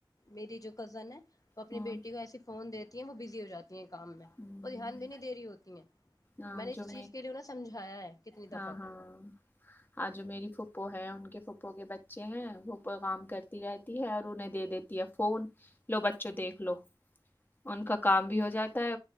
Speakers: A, on the left; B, on the left.
A: میری جو کزن ہے وہ اپنی
B: ہوں
A: بیٹی کو ایسے فون دیتے کہ وہ بزی جاتے کام میں
B: ہوں
A: وہ دھیان بھی نہیں دے رہی ہوتی ہیں
B: ہاں
A: میں نے اس
B: جو
A: چیز کے لیے سمجھایا ہے کتنی
B: ہاں
A: دفعہ
B: ہاں ہاں جو میری پھپھو ہے ان کے پھوپھ کے بچے ہیں پھپ کام کرتی رہتی ہے اور انہیں دے دیتی ہے فون لو بچوں دیکھ لو ان کا کام بھی ہو جاتا